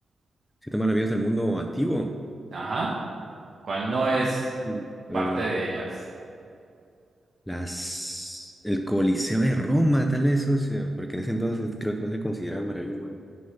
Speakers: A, on the left; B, on the right.
A: Siete maravillas del mundo antiguo.
B: Ajá, ¿cuál no es
A: Uh, Bueno,
B: parte de ellas?
A: las... El Coliseo de Roma, tal vez, socio. Porque en ese entonces creo que no se consideraba maravilloso.